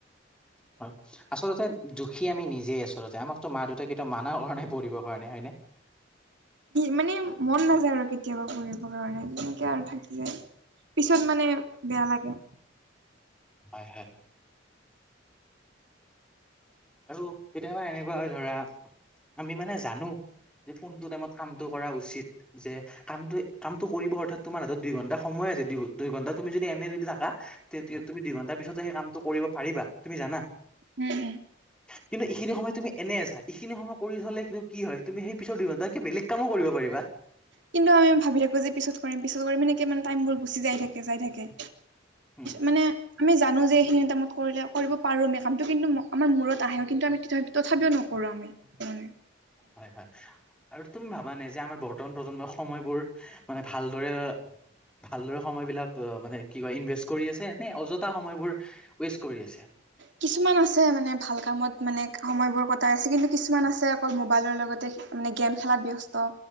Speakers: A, in the centre; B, on the right.
A: হয়! আচলতে দুখী আমি নিজেই আচলতে, আমাকতো মা দেউতাক কেতিয়াও মানা কৰা নাই পঢ়িবৰ কাৰণে, হয় নে?
B: মানে মন নাযায় আৰু কেতিয়াবা পঢ়িবৰ কাৰণে তেনেকে আৰু থাকি যায়। পিছত মানে বেয়া লাগে।
A: হয়, হয়। আৰু কেতিয়াবা এনেকুৱা হয় ধৰা, আমি মানে জানো যে কোনটো টাইমত কামটো কৰা উচিত যে কামটো, কামটো কৰিব অৰ্থাৎ তোমাৰ হাতত দুই ঘণ্টা সময় আছে! দু দুই ঘণ্টা তুমি যদি এনে যদি থাকা তে তুমি দুঘণ্টাৰ পিছত <inaudible> সেই কামটো কৰিব পাৰিবা, তুমি জানা।
B: উম, উম।
A: কিন্তু এইখিনি সময়ত তুমি এনেই আছা, এইখিনি সময় কৰি থ'লে কিন্তু কি হয়, তুমি সেই পিছৰ দুইঘণ্টাত কিবা বেলেগ কামো কৰিব পাৰিবা।
B: কিন্তু আমি ভাৱি থাকোঁ, যে পিছত কৰিম, পিছত কৰিম, সেনেকে মানে টাইমবোৰ গুছি যায় থাকে, যায় থাকে।
A: উম
B: মানে আমি জানো যে এইখিনি টাইমত কৰিলে কৰিব পাৰো আমি কামটো, কিন্তু আমাৰ মূৰত আহেও কিন্তু আমি তথাপিও নকৰো আমি, হয়।
A: হয় হয়, আৰু তুমি ভাবানে যে আমাৰ বৰ্তমান প্ৰজন্মই সময়বোৰ মানে ভালদৰে ভালদৰে সময় বিলাক মানে কি কয় ইনভেষ্ট কৰি আছে নে অযথা সময়বোৰ ৱেষ্ট কৰি আছে?
B: কিছুমান আছে মানে ভাল কামত মানে সময়বোৰ কটাই আছে, কিন্তু কিছুমান আছে অকল মোবাইলৰ লগত মানে গেম খেলাত ব্যস্ত,